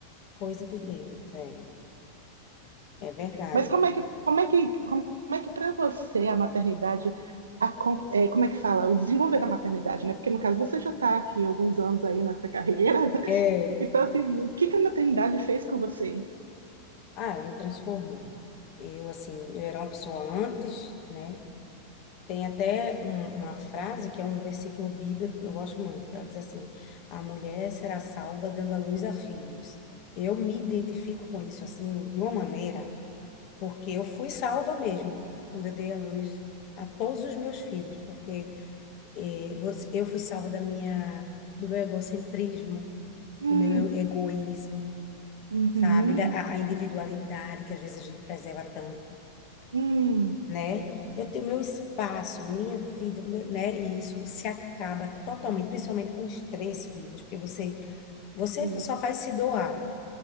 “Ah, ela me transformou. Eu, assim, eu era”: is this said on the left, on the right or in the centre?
Left